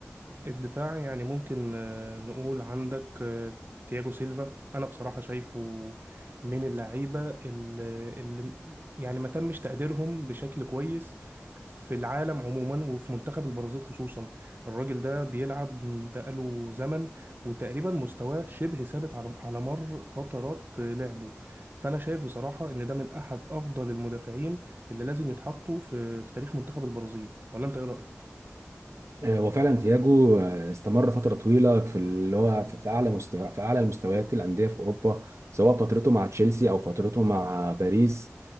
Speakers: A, on the right; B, on the right.
A: الدفاع يعني ممكن آه، نقول عندك آه، تياجو سيلفا انا بصراحة شايفه من اللعيبة اللي اللي يعني ما تمش تقديرهم بشكل كويس في العالم عموما وفي منتخب البرازيل خصوصا الراجل ده بيلعب بقاله زمن وتقريبا مستواه شبه ثابت على على مر فترات آه، لعبه فانا شايف بصراحة ان ده من احد افضل المدافعين اللي لازم يتحطوا في في تاريخ منتخب البرازيل ولا انت ايه رأيك
B: آه، وفعلا تياجو آه، استمر فترة طويلة في اللي هو في في أعلى مستوى في أعلى مستويات الأندية في أوروبا سواء فترته مع تشيلسي أو فترته مع باريس